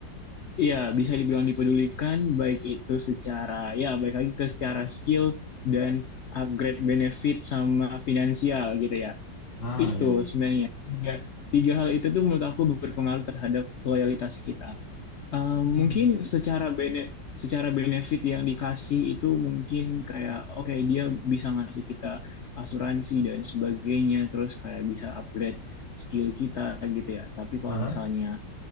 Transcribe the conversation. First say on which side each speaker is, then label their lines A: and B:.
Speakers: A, on the left; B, on the left.
A: ya bisa dibilang dipedulikan baik itu secara ya baik lagi ke secara skill dan upgrade benefit sama finansial gitu ya.
B: Ah
A: Itu
B: ya ya.
A: sebenarnya tiga, tiga hal itu tuh menurut aku berpengaruh terhadap loyalitas kita. Eh,
B: Hmm.
A: mungkin secara bene- secara benefit yang dikasih itu mungkin kayak oke dia bisa ngasih kita asuransi dan sebagainya terus kayak bisa upgrade skill kita gitu ya. Tapi kalau
B: Aha.
A: misalnya